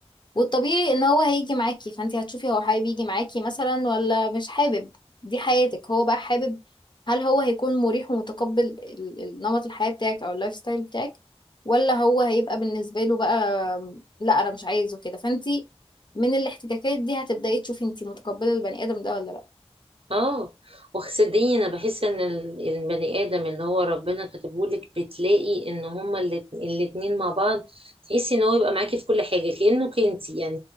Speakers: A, on the left; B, on the right.
A: والطبيعي ان هو هيجي معاكي فانت هتشوفي هو حابب يجي معاكي مثلا ولا مش حابب دي حياتك هو بقى حابب هل هو هيكون مريح ومتقبل ال- ال- نمط الحياة بتاعك او اللايف ستايل بتاعك ولا هو هيبقى بالنسبة له بقى لا انا مش عايزه كده فانت من الاحتكاكات دي هتبدأي تشوفي انت متقبلة البني ادم ده ولا لا
B: اه وصدقيني انا بحس ان ال- البني ادم اللي هو ربنا كاتبهولك بتلاقي ان هما الات- الاتنين مع بعض تحسي ان هو يبقى معاكي في كل حاجه كانك انتي يعني